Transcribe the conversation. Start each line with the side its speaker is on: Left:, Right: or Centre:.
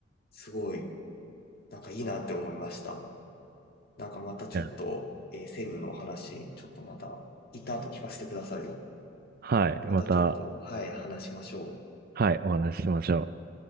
Left: すごい、なんかいいなって思いました。なんかまたちょっと、
Right: いや
Left: えーセブの話、ちょっとまた、いた後聞かせてくださいよ。
Right: はい。
Left: またちょっと、
Right: また、
Left: はい、話しましょう。
Right: はい、お話ししましょう。